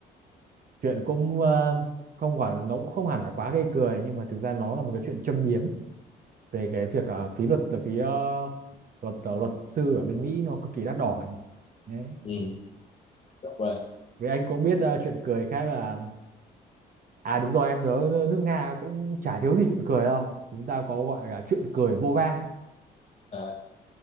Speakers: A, on the right; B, on the left.
A: Chuyện cũng ờ, không quả nó cũng không hẳn là quá gây cười nhưng mà thực ra nó là một cái chuyện châm biếm về cái việc ờ, phí luật là phí ờ, luật ờ, luật sư ở bên Mỹ nó cực kỳ đắt đỏ. ấy. Đấy.
B: ừ, đúng rồi
A: Với anh cũng biết ờ, chuyện cười khác là À đúng rồi em nhớ nước Nga cũng chả thiếu gì chuyện cười đâu. Chúng ta có gọi là chuyện cười vô va.
B: Ờ.